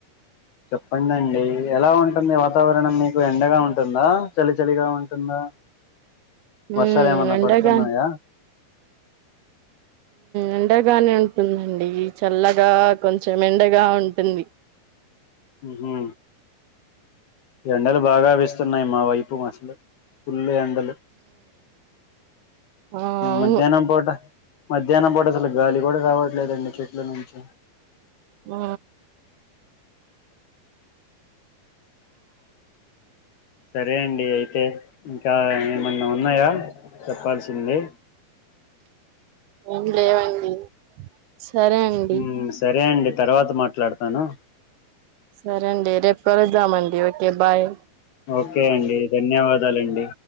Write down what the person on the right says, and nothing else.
ఉ
ఎండగా
ఎండగానే ఉంటుందండి చల్లగా కొంచెం ఎండగా ఉంటుంది
ఆ అవును
ఆ
ఏం లేవండి సరే అండి
సరే అండి రేపుకలుద్దామండి ఓకే ఓకే బయ్